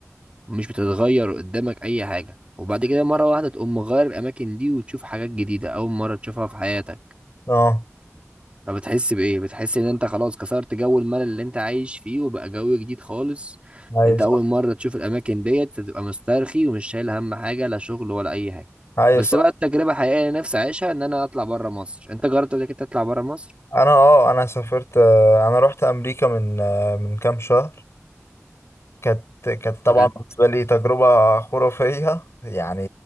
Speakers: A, on the right; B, on the left.
A: مش بتتغير قدامك اي حاجة وبعد كده مرة واحدة تقوم مغير الاماكن دي وتشوف حاجات جديدة اول مرة تشوفها في حياتك
B: اه
A: فبتحس بإيه؟ بتحس إن أنت خلاص كسرت جو الملل اللي أنت عايش فيه وبقى جو جديد خالص
B: ايوه
A: أنت
B: صح
A: أول مرة تشوف الأماكن ديت تبقى مسترخي ومش شايل هم حاجة لا شغل ولا أي حاجة
B: ايوه
A: بس
B: صح
A: بقى التجربة حقيقية اللي نفسي أعيشها إن أنا أطلع بره مصر أنت جربت قبل كده تطلع بره مصر؟
B: انا اه انا سافرت آه، انا رحت امريكا من آه، من كام شهر كانت كانت طبعا
A: بجد؟
B: بالنسبة لي تجربة خرافية يعني